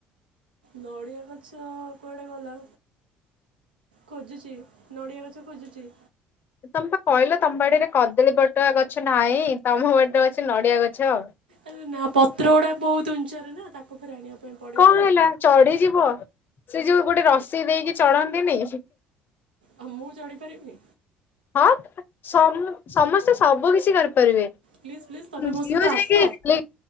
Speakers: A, on the right (about 80°); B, on the left (about 45°).
A: ନଡ଼ିଆ ଗଛ କୁଆଡ଼େ ଗଲା? ଖୋଜୁଚି, ନଡ଼ିଆ ଗଛ ଖୋଜୁଚି।
B: ତମେ ପା କହିଲ ତମ ବାଡିରେ କଦଳୀ ପଟୁଆ ଗଛ ନାହିଁ ତମ ବାଡିରେ ଅଛି ନଡିଆ ଗଛ ଆଉ।
A: ଆରେ ନା ପତ୍ର ଗୁଡ଼ା ବହୁତ ଉଞ୍ଚରେ ନା ତାକୁ ଫେରେ ଆଣିବା ପାଇଁ ପଡ଼ିବ
B: କଣ
A: ତ।
B: ହେଲା ଚଢିଯିବ ସେ ଯୋଉ ଗୋଟେ ରସି ଦେଇକି ଚଢନ୍ତିନି।
A: ହଁ ମୁଁ ଚଢ଼ିପାରିବି।
B: ହଁ ସମସ୍ତେ ସବୁ କିଛି କରିପାରିବେ।
A: ପ୍ଲିଜ୍ ପ୍ଲିଜ୍ ତମେ ମୋ
B: ଝିଅ
A: ସହିତ
B: ଯାଇକି
A: ଆସ